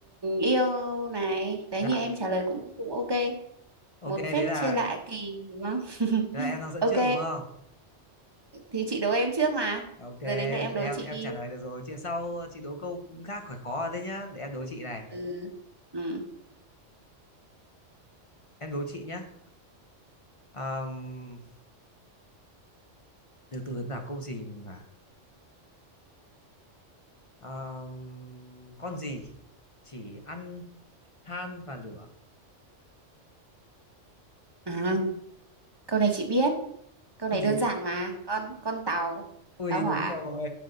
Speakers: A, on the right; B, on the left.
A: yêu này. Đấy
B: dạ
A: như em trả lời cũng cũng ok.
B: ok
A: Một phép
B: thế là
A: chia lạ kỳ đúng không? <laughs>
B: thế là em đang dẫn
A: Ok,
B: trước đúng không
A: thì chị đố em trước mà.
B: Ok,
A: Giờ đến lượt em
B: thế
A: đố
B: em
A: chị
B: em
A: đi.
B: trả lời được rồi. Chuyện sau chị đố câu khác khỏi khó đấy nhá. Để em đố chị này.
A: Ừ. Ừ.
B: Em đố chị nhá. Ờm, từ từ là câu gì mà Ờm, con gì chỉ ăn than và lửa?
A: À, câu này chị biết. Câu
B: Con
A: này
B: gì?
A: đơn giản mà. Con con tàu,
B: Ui
A: tàu hỏa.
B: đúng rồi.